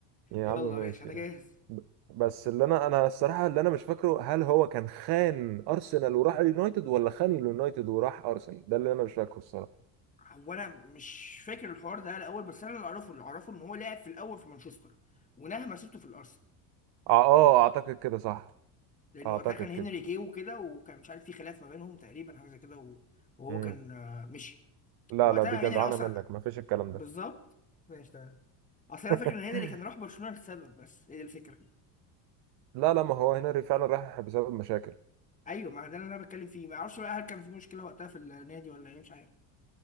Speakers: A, on the right; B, on the left.
A: يا
B: يلا
A: عم ماشي
B: ماشي انا
A: يعني.
B: جاهز
A: ب- بس اللي أنا أنا الصراحة اللي أنا مش فاكره هل هو كان خان أرسنال وراح اليونايتد ولا خان اليونايتد وراح أرسنال ده اللي أنا مش فاكره الصراحة
B: هو انا مش فاكر الحوار ده الاول بس انا اللي اعرفه اللي اعرفه ان هو لعب في الاول في مانشستر ونهى مسيرته في الارسنال
A: آه آه، أعتقد كده صح
B: لان
A: أعتقد
B: وقتها كان هنري
A: كده
B: جه وكده وكان مش عارف في خلاف ما بينهم تقريبا حاجه زي كده و- وهو
A: مم.
B: كان آه، مشي
A: لا
B: وقتها
A: لا دي جدعانة
B: هنري اصلا
A: منك مفيش الكلام
B: <laughs> بالظبط
A: ده
B: ماشي تمام اصل انا فاكر
A: <laughs>
B: ان هنري كان راح برشلونه لسبب بس هي دي الفكره
A: لا لا ما هو هنري فعلا راح بسبب مشاكل
B: ايوه ما ده اللي انا بتكلم فيه ما اعرفش بقى هل كان في مشكله وقتها في النادي ولا ايه مش عارف